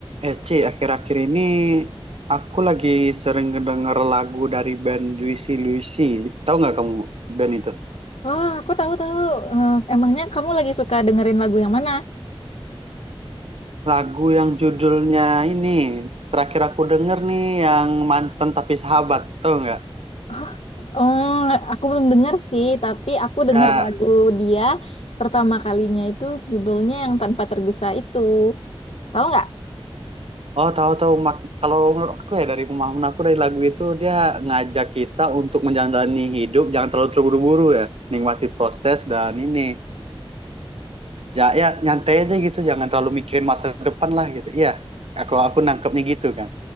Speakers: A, on the right; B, on the left.
A: Eh, Ci, akhir-akhir ini aku lagi sering ngedenger lagu dari band Juicy Luicy. Tahu nggak kamu band itu?
B: Oh, aku tahu tahu. Eh, emangnya kamu lagi suka dengerin lagu yang mana?
A: Lagu yang judulnya ini, terakhir aku denger nih yang mantan tapi sahabat, tahu nggak?
B: Oh, oh, aku belum denger sih, tapi aku denger
A: Ya,
B: lagu dia pertama kalinya itu judulnya yang Tanpa Tergesa itu. Tahu nggak?
A: oh tahu tahu mak- kalau menurut aku ya dari pemahaman aku dari lagu itu dia ngajak kita untuk menjalani hidup, jangan terlalu terburu-buru ya, nikmati proses dan ini. Ya, ya nyantai aja gitu, jangan terlalu mikirin masa depan lah gitu. Iya, aku aku nangkepnya gitu kan.